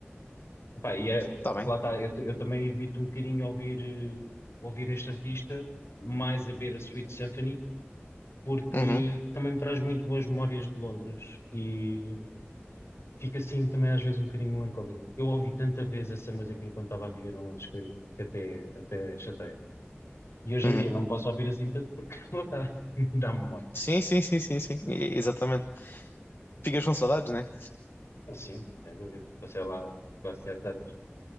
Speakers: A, on the left; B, on the left.
A: Epá, e é-
B: Tá bem.
A: lá está, eu, t- eu também evito um bocadinho ouvir, eh, ouvir este artista, mais a ver a Sweet Symphony porque
B: Uhum,
A: também me traz muito boas memórias de Londres e fica assim também às vezes um bocadinho melancólico. Eu ouvi tanta vez essa música enquanto estava a viver em Londres que, que até, até chateia. E hoje
B: uhum.
A: em dia não posso ouvir assim tanto porque <laughs> não dá, dá memória.
B: Sim, sim, sim, sim, sim. E- Exatamente. Ficas com saudades, né?
A: Sim, sem dúvida. Passei lá quase sete anos.